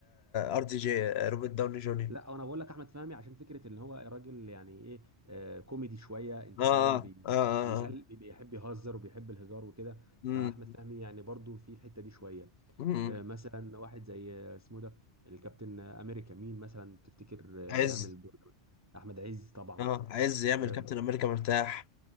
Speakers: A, on the left; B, on the right.
A: ار دي جي روبرت داوني جونيور
B: لا انا بقول لك احمد فهمي عشان فكره ان هو راجل يعني ايه آه كوميدي شويه انت
A: اه
B: فاهم
A: اه
B: بي
A: اه اه,
B: بيهل
A: آه.
B: بيحب يهزر وبيحب الهزار وكده
A: مم.
B: فاحمد فهمي يعني برضو في الحته دي شويه
A: مم.
B: آه، مثلا واحد زي آه، اسمه ده الكابتن آه، امريكا مين مثلا تفتكر
A: عز
B: آه، يعمل الدور ده احمد عز طبعا
A: اه عز يعمل
B: آه،
A: كابتن امريكا مرتاح